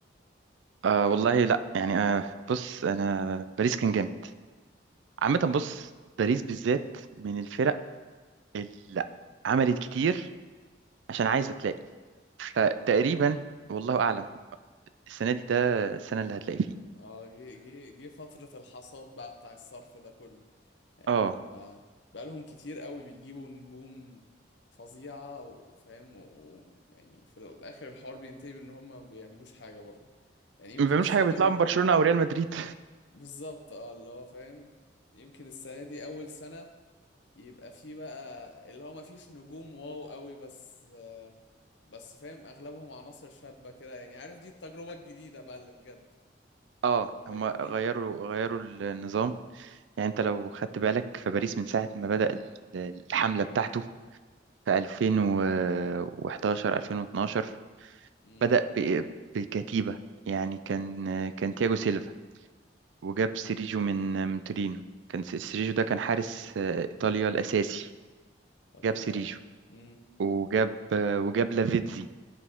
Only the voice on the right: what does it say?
آه والله لا يعني آه بص انا باريس كان جامد عامة بص باريس بالذات من الفرق اللي عملت كتير عشان عايزة تلاقي فتقريبا والله اعلم السنة دي ده السنة اللي هتلاقي فيه
اه
ما بيعملوش
حاجة بيطلعوا
من برشلونة او ريال مدريد
<laughs> اه
هم غيروا غيروا النظام يعني انت لو خدت بالك فباريس من ساعة ما بدأ ال- الحملة بتاعته في 2011 2012
بدأ ب- بكتيبة يعني كان كان تياجو سيلفا وجاب سيريجو من من تورينو كان س- سيريجو ده كان حارس آه، إيطاليا
الأساسي
جاب
سيريجو
وجاب آه، وجاب لافيتزي